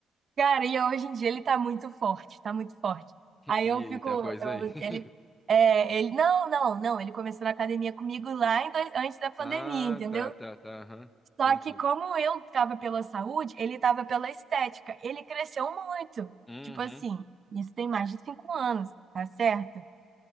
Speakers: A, on the right; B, on the left.
A: cara, e hoje em dia ele tá muito forte, tá muito forte. Aí
B: Ih,
A: eu fico,
B: tem uma coisa
A: eu-
B: aí. <laughs>
A: ele, é, ele, não, não, não, ele começou na academia comigo lá em dois- antes da pandemia,
B: Ah,
A: entendeu?
B: tá, tá, tá. Aham. Entendi.
A: Só que como eu tava pela saúde, ele tava pela estética. Ele cresceu muito,
B: Uhum.
A: tipo assim, isso tem mais de cinco anos, tá certo?